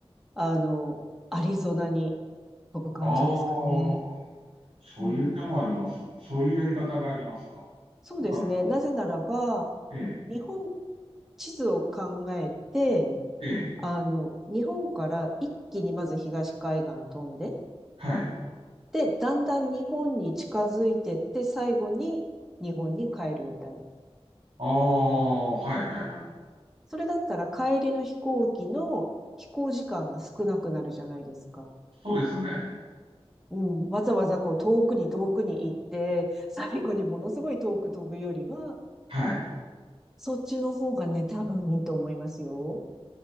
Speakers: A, in the centre; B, on the right (about 60°).
A: あの、アリゾナに飛ぶ感じですかね。
B: ああ、そういう手もあります。
A: うん
B: そういうやり方がありますか。
A: そうですね。
B: とか、
A: なぜならば、
B: ええ、
A: 日本地図を考えて、
B: ええ、
A: あの、日本から一気にまず東海岸飛んで、
B: はい。
A: で、だんだん日本に近づいてって、最後に日本に帰るみたいな。
B: ああ、はいはいはい。
A: それだったら帰りの飛行機の飛行時間が少なくなるじゃないですか。
B: そうですね。
A: うん。わざわざこう遠くに遠くに行って、最後にものすごい遠く飛ぶよりは、
B: はい。
A: そっちの方がね、多分いいと思いますよ。